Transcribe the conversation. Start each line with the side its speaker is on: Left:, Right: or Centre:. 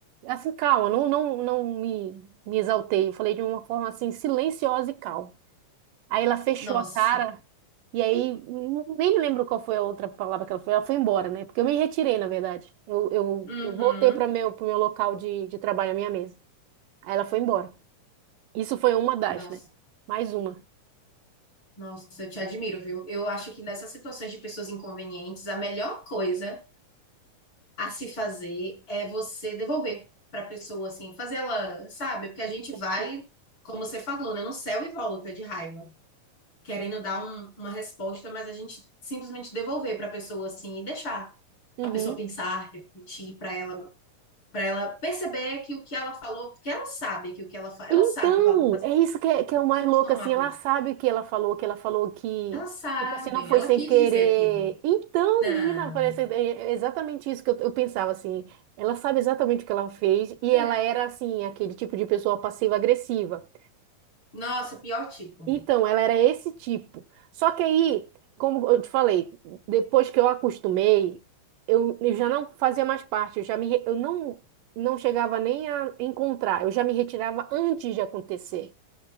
Right: assim, calma, não, não, não me, me exaltei. Eu falei de uma forma assim, silenciosa e calma. Aí ela fechou
Left: Nossa.
Right: a cara. E aí, não- nem me lembro qual foi a outra palavra que ela foi. Ela foi embora, né? Porque eu me retirei, na verdade. Eu, eu,
Left: Uhum.
Right: eu voltei para meu, pro meu local de, de trabalho, a minha mesa. Aí ela foi embora. Isso foi uma das,
Left: Nossa.
Right: né? Mais uma.
Left: Nossa, eu te admiro, viu? Eu acho que nessas situações de pessoas inconvenientes, a melhor coisa a se fazer é você devolver para a pessoa, assim, fazer ela, sabe? Porque a gente
Right: Refletindo.
Left: vai, como você falou, né, no céu e volta de raiva, querendo dar um- uma resposta, mas a gente simplesmente devolver para a pessoa, assim, e deixar.
Right: Uhum.
Left: a pessoa pensar, refletir, para ela, para ela perceber que o que ela falou, porque ela sabe que o que ela fala, ela
Right: Então,
Left: sabe o que ela tá fazendo.
Right: é isso que é,
Left: As
Right: que é o mais
Left: pessoas
Right: louco,
Left: não são
Right: assim,
Left: malucas.
Right: ela sabe o que ela falou, que ela falou que,
Left: Elas sabem,
Right: tipo assim, não foi
Left: ela
Right: sem
Left: quis
Right: querer.
Left: dizer aquilo.
Right: Então,
Left: Não.
Right: menina, parece é é exatamente isso que eu, eu pensava, assim, ela sabe exatamente o que ela fez e
Left: É.
Right: ela era, assim, aquele tipo de pessoa passiva-agressiva.
Left: Nossa, pior tipo.
Right: Então, ela era esse tipo. Só que aí, como eu te falei, depois que eu acostumei, eu, eu já não fazia mais parte, eu já me, re- eu não, não chegava nem a encontrar, eu já me retirava antes de acontecer.